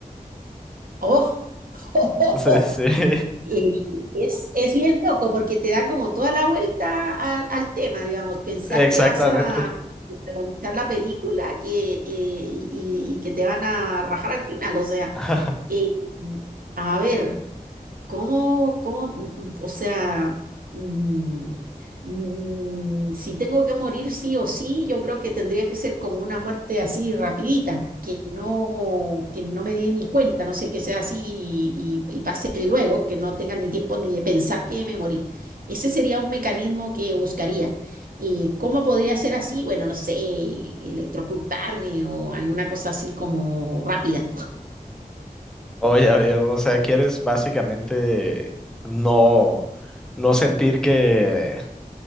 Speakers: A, on the right; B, in the centre.
A: Oh. <laughs>
B: Sí, sí, <laughs>
A: Eh, es, es bien loco porque te da como toda la vuelta a- al tema, digamos, pensar
B: exactamente.
A: que vas a protagonizar la película que, eh, y, y- y que te van a rajar al final. O sea,
B: <laughs>
A: eh, a ver. ¿Cómo, cómo, mm, mm, o sea, mm, mm, si tengo que morir sí o sí, yo creo que tendría que ser como una muerte así rapidita, que no, que no me dé ni cuenta, no sé, que sea así y, y- y pase luego, que no tenga ni tiempo ni de pensar que me morí. Ese sería un mecanismo que buscaría. ¿Y cómo podría ser así? Bueno, no sé, electrocutarme o alguna cosa así como rápida.
B: Oh, ya veo. O sea, quieres básicamente no, no sentir que